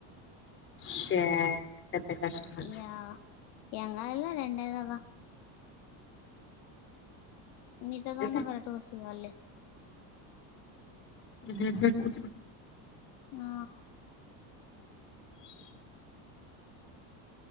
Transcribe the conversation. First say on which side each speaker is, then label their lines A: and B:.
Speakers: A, on the left; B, on the left.
A: షీట్ పెద్ద కష్టమొచ్చింది
B: ఇగ ఏం గాదులే రెండే గదా మిగతాదన్న
A: వచ్చింది
B: కరెక్ట్ గా వస్తే చాల్లే
A: హు హు హూ
B: ఆ